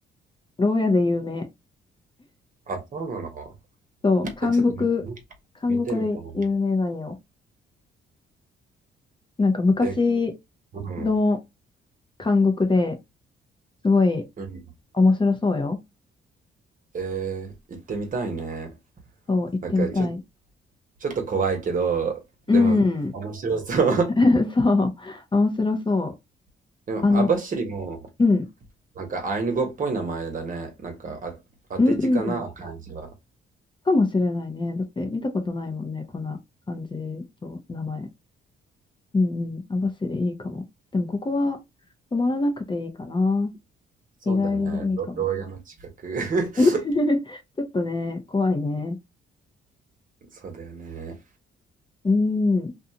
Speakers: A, on the left; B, on the right.
A: 牢屋で有名。
B: ー、あ、そうなの
A: そう、監獄、
B: え、ちょっと
A: 監獄で有名なんよ。
B: 見てみたいな。
A: なんか昔
B: え、うん、
A: の監獄で、すごい
B: うん。
A: 面白そうよ。
B: えー、行ってみたいね。
A: そう、行ってみたい。
B: なんかちょ、ちょっと怖いけど、
A: うん。
B: でも面白そう。
A: <laughs> そう、面白そう。
B: <laughs> でも網走も、
A: あの、うん、
B: なんかアイヌ語っぽい名前だね。なんかあ、当て字かな、
A: うん、
B: 感じは。
A: かもしれないね。だって見たことないもんね、こんな感じと名前。うんうん、網走いいかも。でもここは泊まらなくていいかな。
B: そうだね。
A: 日帰りでいいかも。
B: ろ牢屋の近く。<laughs>
A: <laughs> ちょっとね、怖いね。
B: そうだよね。
A: うん。